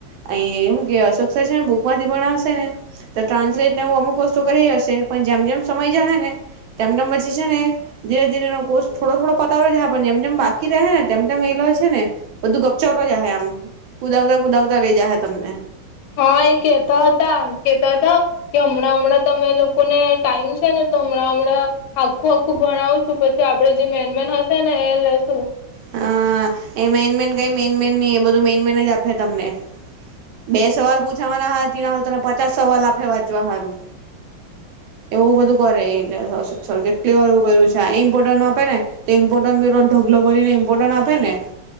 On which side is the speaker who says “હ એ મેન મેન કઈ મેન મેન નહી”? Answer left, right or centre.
Right